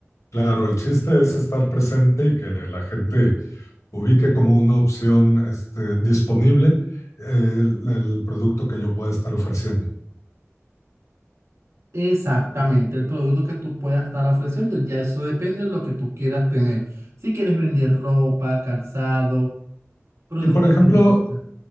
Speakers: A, on the left; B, on the right.
A: Claro, el chiste es estar presente y que la gente ubique como una opción este, disponible eh, el, el producto que yo pueda estar ofreciendo.
B: Exactamente, el producto que tú puedas estar ofreciendo, ya eso depende de lo que tú quieras tener. Si quieres vender ropa, calzado, productos
A: Y por ejemplo,
B: de belleza.